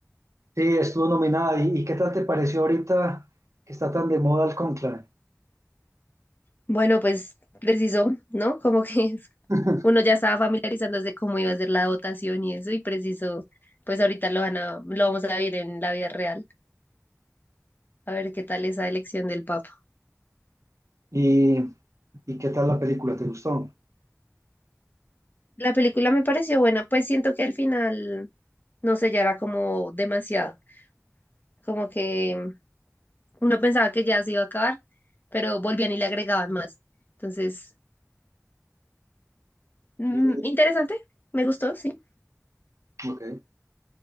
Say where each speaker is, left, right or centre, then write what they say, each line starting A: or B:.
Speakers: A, on the right; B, on the left.
A: Sí, estuvo nominada. ¿Y, y qué tal te pareció ahorita que está tan de moda el conclave?
B: Bueno, pues precisó, ¿no? Como que <laughs>
A: <laughs>
B: uno ya estaba familiarizándose cómo iba a ser la votación y eso, y preciso, pues ahorita lo van a, lo vamos a ver en la vida real, a ver qué tal esa elección del Papa.
A: ¿Y, y qué tal la película? ¿Te gustó?
B: La película me pareció buena, pues siento que al final, no sé, ya era como demasiado, como que uno pensaba que ya se iba a acabar, pero volvían y le agregaban más. Entonces, mm,
A: Y-
B: interesante, me gustó, sí.
A: ok.